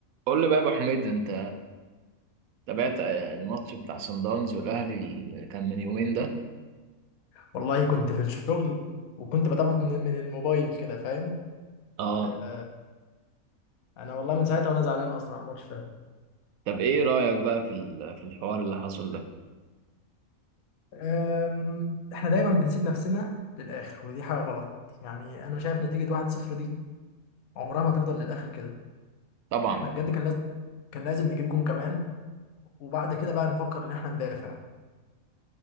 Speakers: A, on the right; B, on the left.
A: قول لي بقى يا ابو حميد انت تابعت الماتش بتاع صن داونز والاهلي اللي كان من يومين ده
B: والله كنت في الشغل وكنت بتابعه من من الموبايل كده فاهم
A: اه
B: آه، انا والله من ساعتها وانا زعلان اصلا على الماتش ده
A: طب ايه رايك بقى في ال- في الحوار اللي حصل ده
B: آم، احنا دايما بنسيب نفسنا للاخر ودي حاجه غلط يعني انا شايف نتيجه 1-0 دي عمرها ما تفضل للاخر كده
A: طبعا
B: احنا بجد كان لازم كان لازم نجيب جون كمان وبعد كده بقى نفكر ان احنا ندافع